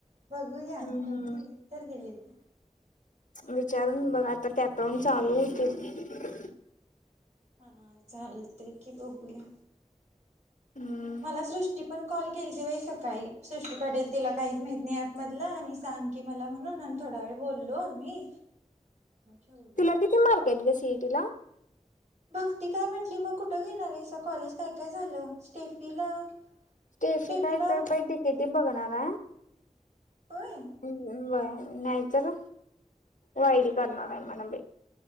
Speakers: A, on the right (about 60°); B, on the left (about 80°).
A: बघू या
B: हम्म
A: लावून दिली तर दिलीत.
B: विचारून बघ आता त्यात उन चालू होतयं.
A: हा हा चालतयकी बघूया.
B: हम्म
A: मला सृष्टी पण कॉल केलती बाई सकाळी सृष्टी पाटील तिला काहीच माहीत नाही ऍप मधलं आणि सांग की मला म्हणून आणि थोडा वेळ बोललो आम्ही ठेवलो.
B: तिला किती मार्के हाइत गं सी ए ट -- टी ला.
A: भक्ती काय म्हंटली मग कुठं घेणार हाइसा कॉलेज काय काय झालं? स्टेफीला
B: स्टेफी
A: स्टेफीला
B: काय तर काय तर बाई डि के टी बघणार हाय.
A: होय
B: हम् व्हंय. नाही तर वाईरी करणार हाय म्हण बाई.